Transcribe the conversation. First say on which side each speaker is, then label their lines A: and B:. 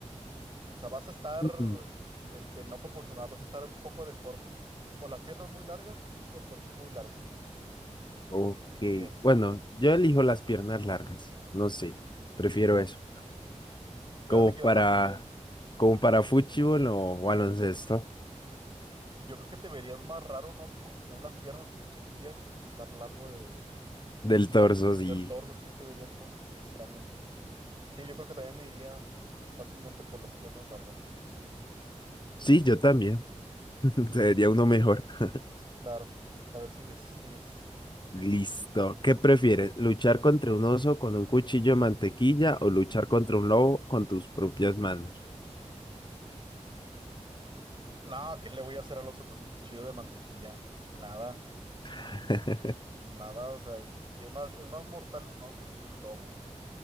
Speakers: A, on the right; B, on the left.
A: O sea, vas a estar,
B: Mm.
A: este, no proporcional, vas a estar un poco deforme. O las piernas muy largas o el torso muy largo.
B: Ok.
A: ¿Qué elegirías?
B: Bueno, yo elijo las piernas largas. No sé. Prefiero eso.
A: Se
B: Como
A: me hace que yo
B: para,
A: también.
B: como para fútbol o baloncesto.
A: Y yo creo que te verías más raro, ¿no? Como que tener las piernas así chiquillas y estar largo de.
B: Del torso, sí.
A: Del torso, sí, te verías muy, muy extraño. Sí, yo creo que también me iría fácilmente por las piernas largas.
B: Sí, yo también. <laughs> Sería uno mejor. <laughs>
A: Claro. A ver, sigues, sigues.
B: Listo. ¿Qué prefieres? ¿Luchar contra un oso con un cuchillo de mantequilla o luchar contra un lobo con tus propias manos?
A: No, ¿qué le voy a hacer al oso con el cuchillo de mantequilla? Nada,
B: <laughs>
A: nada, o sea, y, y es más, es más mortal un oso que un lobo.